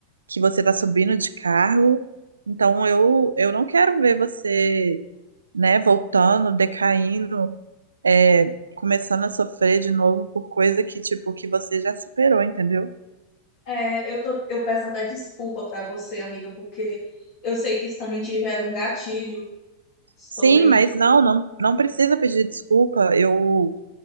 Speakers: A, on the right; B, on the left.
A: que você tá subindo de cargo. Então eu, eu não quero ver você, né, voltando, decaindo, é, começando a sofrer de novo por coisa que, tipo, que você já superou, entendeu?
B: É, eu tô, eu peço até desculpa para você, amiga, porque eu sei que isso também te gera um gatilho sobre.
A: Sim, mas não, não, não precisa pedir desculpa. Eu,